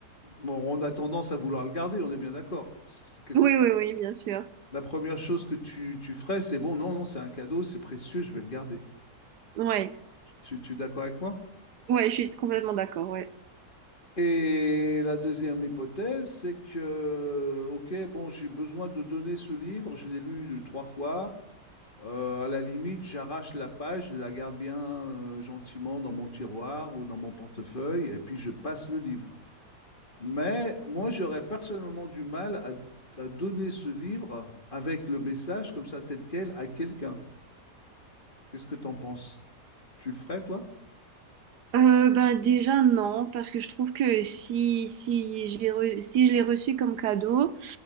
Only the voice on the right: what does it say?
Oui, oui, oui, bien sûr.
Ouais,
ouais, je suis complètement d'accord. Ouais.
Euh, ben déjà non, parce que je trouve que si si j'ai re- si je l'ai reçu comme cadeau,